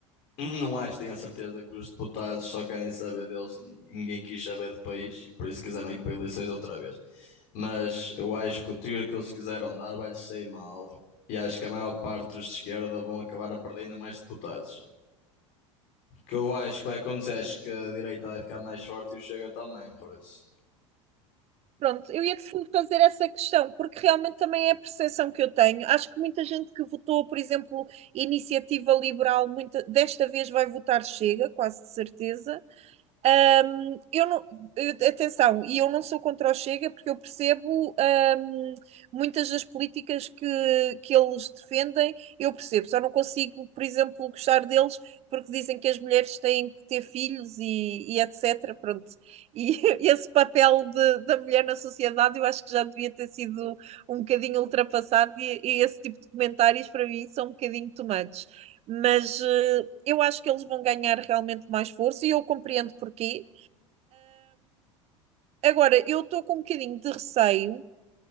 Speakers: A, on the left; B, on the right.
A: <clears throat> não acho, tenho a certeza que os deputados só querem saber deles. Ninguém quis saber do país, e por isso quiseram ir para eleições outra vez. Mas eu acho que o tiro que eles quiseram dar vai-lhes sair mal. E acho que a maior parte dos de esquerda vão acabar a perder ainda mais deputados. O que eu acho que vai acontecer, acho que a direita vai ficar mais forte e o Chega também, por isso.
B: Pronto, eu ia-te fazer essa questão, porque realmente também é a percepção que eu tenho. Acho que muita gente que votou, por exemplo, Iniciativa Liberal, muita, desta vez vai votar Chega, quase de certeza. Hum, eu não, eu- atenção, e eu não sou contra o Chega porque eu percebo hum, muitas das políticas que, que eles defendem, eu percebo, só não consigo, por exemplo, gostar deles porque dizem que as mulheres têm que ter filhos e, e etc. Pronto. E <laughs> esse papel de- da mulher na sociedade eu acho que já devia ter sido um bocadinho ultrapassado e, e esse tipo de comentários para mim são um bocadinho tomados mas eh, eu acho que eles vão ganhar realmente mais força e eu compreendo porquê. Agora, eu estou com um bocadinho de receio